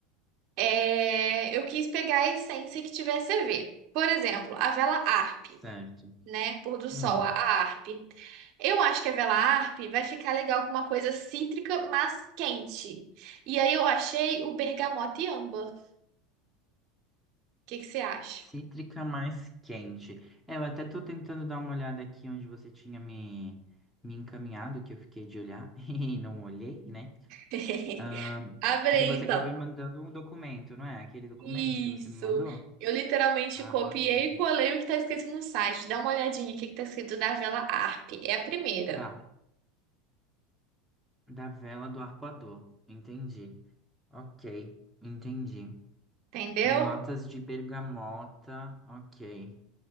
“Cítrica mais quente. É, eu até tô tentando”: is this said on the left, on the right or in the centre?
Centre